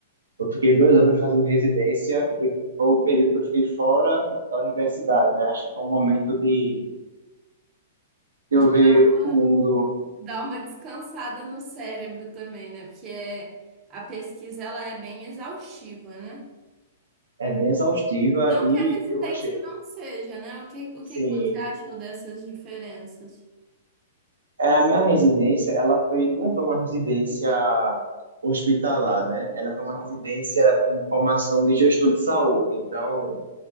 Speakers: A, on the right; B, on the right.
A: Eu fiquei dois anos fazendo residência e foi o período que eu fiquei fora da universidade, né? Acho que foi um momento de eu
B: De
A: ver
B: dar uma,
A: o mundo
B: dar uma descansada no cérebro também, né? Porque é- a pesquisa ela é bem exaustiva, né?
A: é bem exaustiva
B: Não
A: e
B: que a residência
A: eu achei,
B: não seja, né? O que, o
A: sim,
B: que que você achou dessas diferenças?
A: é a minha residência, ela foi não foi uma residência hospitalar, né? Ela foi uma residência em formação de gestor de saúde. Então,